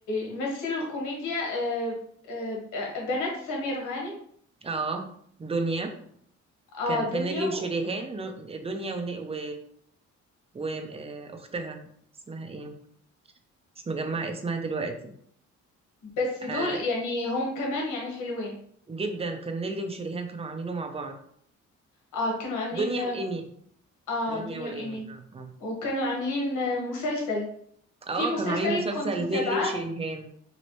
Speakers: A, on the left; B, on the right.
A: يمثلوا الكوميديا آه، آه، آه، بنات سمير غانم
B: اه دنيا
A: آه
B: كان في
A: دنيا
B: نيلي وشريهان
A: و-
B: نو- دنيا ون... و... و... آه، أختها اسمها ايه مش مجمعة اسمها دلوقتي
A: بس دول
B: آه
A: يعني هم كمان يعني حلوين
B: جدا كان نيلي وشريهان كانوا عاملينه مع بعض
A: آه كانوا عاملين
B: دنيا وإيمي
A: آه
B: دنيا
A: دنيا
B: وإيمي
A: وإيمي
B: اه اه
A: وكانوا عاملين آه، مسلسل
B: اه
A: في مسلسل
B: كانوا عاملين مسلسل
A: كنت متابعاه
B: نيلي وشريهان